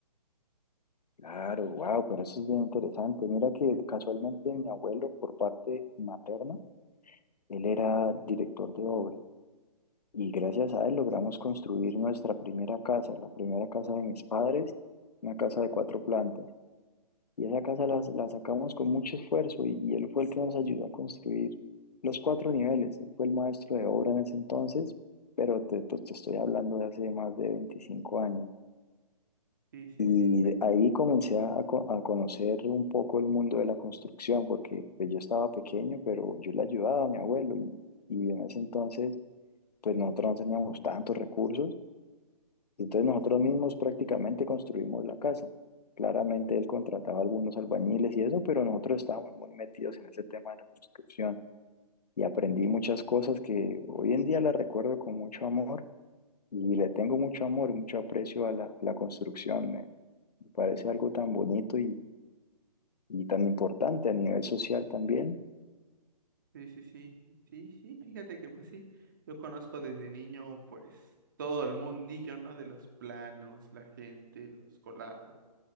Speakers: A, on the left; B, on the right.
A: claro, wow, pero eso es bien interesante. Mira que casualmente mi abuelo por parte materna, él era director de obra Y gracias a él logramos construir nuestra primera casa, la primera casa de mis padres, una casa de cuatro plantas. Y esa casa la, la sacamos con mucho esfuerzo y, y él fue el que nos ayudó a construir los cuatro niveles. Él fue el maestro de obra en ese entonces, pero te, pues, te estoy hablando de hace más de 25 años.
B: Sí, sí,
A: Y
B: sí, pe-
A: de ahí comencé a, co- a conocer un poco el mundo de la construcción, porque pues, yo estaba pequeño, pero yo le ayudaba a mi abuelo y, y en ese entonces pues nosotros no teníamos tantos recursos Y entonces nosotros mismos prácticamente construimos la casa. Claramente él contrataba algunos albañiles y eso, pero nosotros estábamos muy metidos en ese tema de la construcción y aprendí muchas cosas que hoy en día las recuerdo con mucho amor y le tengo mucho amor y mucho aprecio a la, a la construcción. Me, me parece algo tan bonito y, y tan importante a nivel social también
B: sí, sí, sí, sí, sí, fíjate que pues sí, yo conozco desde niño pues todo el mundillo, ¿no? De los planos, la gente, los colados.